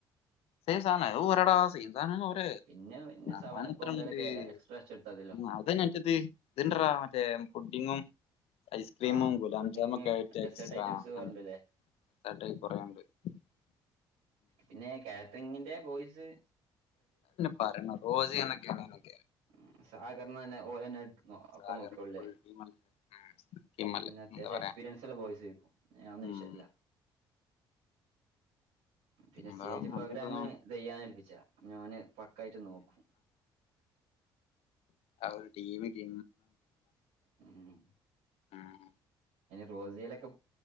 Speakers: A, on the left; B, on the right.
A: സേം സാധനാ ഓഹ് എടാ <unintelligible>
B: പിന്നെ പിന്നെ സെവനപ്പോ എന്തേലൊക്കെ എക്സ്ട്രാ അടിച്ചെടുത്താതില്ലോ ആഹ് ഫുഡിങ് ഡെസേർട്ട് ഐറ്റംസ് വേറെണ്ടല്ലേ പിന്നെ ക്കാ ങ്ങിന്റെ പോയ്സ്
A: പരണം <unintelligible>
B: ഉ സാഗർന്ന്തന്നെ ഓരോന്നെ ഒക്കെ
A: സഹകരണ
B: നോക്കിയല്ലേ
A: ഫുൾ ടീമല്ലേ ടീമല്ലേ
B: പിന്നെ അത്യാവശ്യം
A: എന്താ പറയാ
B: എക്സ്പീരിയൻസ്ള്ള പോസ് ആരിക്കും ഒന്നും
A: ഉം
B: വിഷല്ല പിന്നെ സ്റ്റേജ്
A: അതാ
B: പ്രോഗ്രാം
A: നല്ലൊരിതാണ്
B: തെയ്യാന്ന് ഏൽപിച്ചാ ഓന് പക്കായിട്ട് നോക്കും
A: അവരുടെഈവന്റ്
B: ഉം
A: ആഹ്
B: റോസയിലൊക്കെ